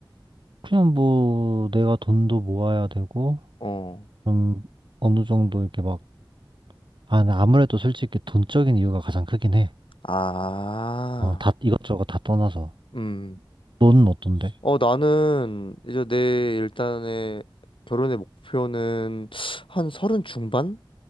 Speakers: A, on the right; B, on the left.
A: 그냥 뭐 내가 돈도 모아야 되고
B: 어.
A: 좀 어느 정도 이렇게 막 아, 나 아무래도 솔직히 돈적인 이유가 가장 크긴 해.
B: 아.
A: 어, 다 이것저것 다 떠나서.
B: 음.
A: 너는 어떤데?
B: 어, 나는 이제 내 일단의 결혼의 목표는 한 서른 중반